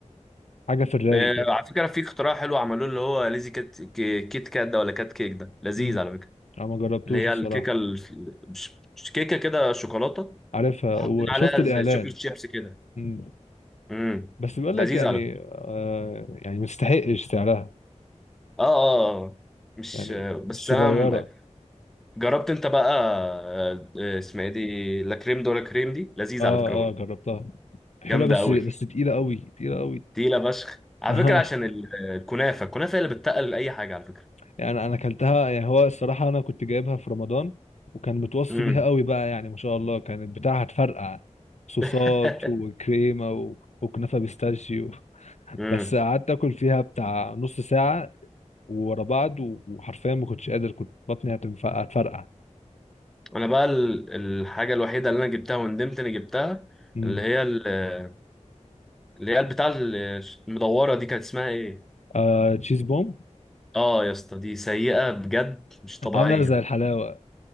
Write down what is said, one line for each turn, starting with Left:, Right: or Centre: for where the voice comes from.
Left: حاجة في الرايق
Centre: إيه،
Left: كده
Centre: على فكره في اختراع حلو عملوه اللي هو ليزي كات كي- كيت كات ده ولا كات كيك ده لذيذ
Left: امم
Centre: على فكره
Left: أنا ما جربتوش
Centre: اللي هي
Left: الصراحة
Centre: الكيكه ال- مش مش كيكه كده شوكولاته
Left: عارفها
Centre: حاطين
Left: وشفت
Centre: عليها
Left: الإعلان
Centre: زي شوكليت شيبس كده
Left: امم
Centre: امم
Left: بس بيقول
Centre: لذيذ
Left: لك يعني
Centre: على فكره
Left: آه يعني مستحقش سعرها
Centre: اه اه آه. مش
Left: يعني
Centre: بس
Left: الصغيرة
Centre: انا م- جربت انت بقى آه، آه، اسمها ايه دي لا كريم دولا كريم دي لذيذ
Left: اه
Centre: على فكره برضه
Left: اه جربتها حلوة
Centre: جامده
Left: بس
Centre: قوي
Left: بس تقيلة قوي تقيلة قوي
Centre: <laughs> تقيله فشخ
Left: <laughs>
Centre: على
Left: انا
Centre: فكره عشان ال- الكنافه الكنافه هي اللي بتتقل اي حاجه على فكره
Left: يعني انا اكلتها يعني هو الصراحة انا كنت جايبها في رمضان وكان متوصي
Centre: امم
Left: بيها قوي بقى يعني ما شاء الله كانت بتاعها هتفرقع صوصات
Centre: <laughs>
Left: وكريمة و... وكنافة بيستاشيو <laughs>
Centre: امم
Left: بس قعدت اكل فيها بتاع نص ساعة ورا بعض و- وحرفيا ما كنتش قادر كنت بطني هتنف- هتفرقع
Centre: انا بقى ال- الحاجه الوحيده اللي انا جبتها وندمت اني جبتها
Left: امم
Centre: اللي هي ال- اللي هي بتاع المدوره دي كانت اسمها ايه
Left: آه تشيز بوم
Centre: اه يا اسطى دي سيئه بجد مش طبيعيه
Left: عاملة زي الحلاوة